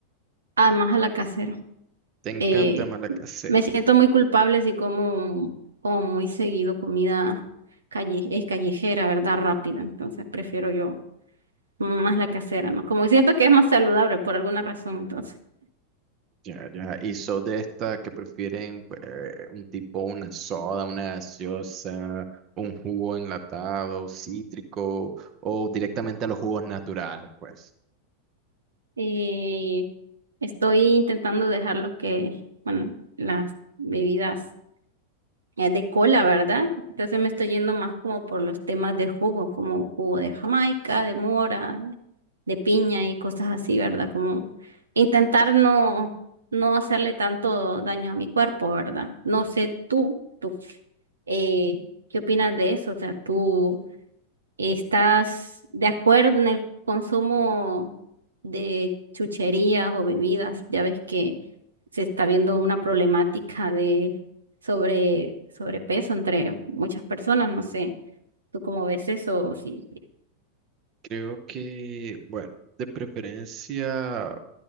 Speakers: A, on the right (about 75°); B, on the right (about 35°).
A: Ah, más a la casera.
B: ¿Te encanta
A: eh,
B: más la casera?
A: me siento muy culpable si como, como muy seguido comida calle, es callejera, ¿verdad? Rápida. Entonces prefiero yo más la casera, ¿no? Como siento que es más saludable por alguna razón, entonces.
B: Ya, ya. Y sos de esta que prefieren pues, un tipo, una soda, una gaseosa, un jugo enlatado, cítrico o directamente a los jugos naturales, pues.
A: Eh, estoy intentando dejar lo que, bueno, las bebidas eh, de cola, ¿verdad? Entonces me estoy yendo más como por los temas de jugo, como jugo de Jamaica, de mora. de piña y cosas así, ¿verdad? Como intentar no, no hacerle tanto daño a mi cuerpo, ¿verdad? No sé tú, tú, eh, ¿qué opinas de eso? O sea, ¿tú estás de acuerdo en el consumo de chucherías o bebidas? Ya ves que se está viendo una problemática de sobre sobrepeso entre muchas personas, no sé. ¿Tú cómo ves eso? O si-
B: Creo que, bueno, de preferencia